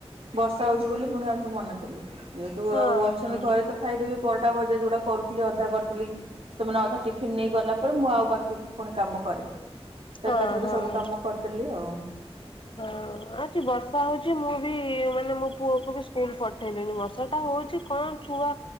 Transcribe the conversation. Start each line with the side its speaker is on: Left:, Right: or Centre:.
Right: ବର୍ଷା ହଉଛି ବୋଲି ପୁଣି ଆଉଥରେ ମନା କଲି, ଯେହେତୁ
Left: ହଁ
Right: ଆଉ ଅଛନ୍ତି
Left: ହଁ
Right: ଘରେ ତ ଖାଇଦେବି ପରଟା ଭଜା ଯଉଟା କରୁଥିଲି ଅଧା କରିଥିଲି। ସେମାନେ ଅଧା ଟିଫିନ ନେଇ ଗଲା ପରେ ମୁଁ ଆଉ ବାକି ପୁଣି କାମ କରେ ତ
Left: ହଁ
Right: ଏକାଥରକେ
Left: ହଁ ହଁ।
Right: ସବୁ କାମ କରିଦ ହେଲି ଆଉ।
Left: ହଁ ଆଜି ବର୍ଷା ହଉଛି ମୁଁ ବି ମାନେ ମୋ ପୁଅକୁ ବି ସ୍କୁଲ ପଠେଇଲିନି ବର୍ଷା ଟା ହଉଛି। କଣ ଛୁଆ